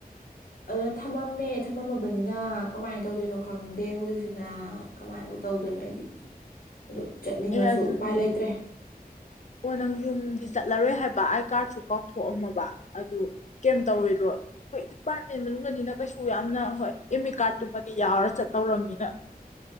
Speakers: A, on the left; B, on the left.
A: ꯑꯗꯨꯅ ꯊꯝꯃꯝꯃꯦ ꯊꯝꯃꯝꯃꯕꯅꯤꯅ ꯀꯃꯥꯏꯅ ꯇꯧꯗꯣꯏꯅꯣ ꯈꯪꯗꯦ ꯍꯧꯖꯤꯛꯁꯤꯅ ꯀꯃꯥꯏꯅꯕꯨꯧ ꯇꯧꯗꯣꯏꯅꯣ ꯑꯩꯗꯤ ꯑꯣ ꯆꯠꯅꯤꯡꯉꯁꯨ
B: ꯑꯦ ꯑꯗꯨꯗꯤ
A: ꯎꯄꯥꯏ ꯂꯩꯇ꯭ꯔꯦ
B: ꯑꯣ ꯅꯪ ꯌꯨꯝꯗꯤ ꯆꯠꯂꯔꯣꯏ ꯍꯥꯏꯕ ꯑꯥꯏ ꯀꯥꯔꯗꯁꯨ ꯀꯥꯎꯊꯣꯛꯑꯝꯃꯕ ꯑꯗꯨ ꯀꯩ ꯇꯧꯔꯣꯏꯗ꯭ꯔꯣ ꯍꯣꯏ ꯗꯤꯄꯥꯔꯠꯃꯦꯟ ꯃꯅꯨꯡꯅꯤꯅ ꯀꯩꯁꯨ ꯌꯥꯝꯅ ꯍꯣꯏ ꯑꯦꯝ ꯏ ꯀꯥꯔꯗꯇꯨꯃꯗꯤ ꯌꯥꯎꯔ ꯆꯠꯇꯧꯔꯕꯅꯤꯅ